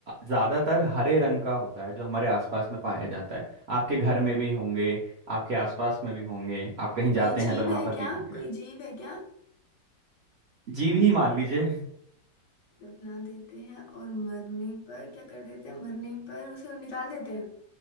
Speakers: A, on the right (about 70°); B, on the left (about 70°).
A: ज्यादातर हरे रंग का होता है जो हमारे आसपास में पाया जाता है आपके घर में भी होंगे आपके आसपास में भी होंगे आप कहीं
B: कोई
A: जाते हैं
B: जीव
A: तो वहां
B: है
A: पर
B: क्या
A: भी होंगे
B: कोई जीव है क्या
A: जीव ही मान लीजिए
B: दफना देते हैं और मरने पर क्या कर देते हैं मरने पर उसे निकाल देते हैं